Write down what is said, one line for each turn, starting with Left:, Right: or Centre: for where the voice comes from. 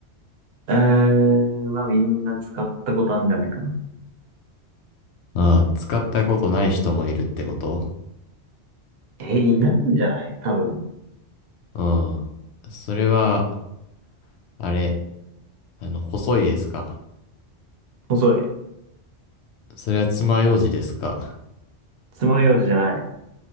Right: えー、まあみんな使ったことあるんじゃないかな。
Left: ああ、使ったことない人もいるってこと
Right: え、いないんじゃない多分。
Left: うん。それは、あれ、あの、細いですか
Right: 細い。
Left: それは爪楊枝ですか
Right: 爪楊枝じゃない。